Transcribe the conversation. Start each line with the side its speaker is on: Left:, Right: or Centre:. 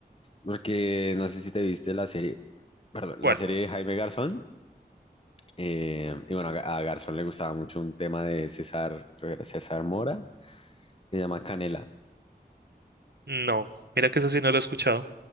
Left: porque no sé si te viste la serie, perdón, la
Right: ¿Cuál?
Left: serie de Jaime Garzón. Eh, y bueno, a a Garzón le gustaba mucho un tema de César, creo que era César Mora, se llama Canela.
Right: No, mira que esa sí no la he escuchado.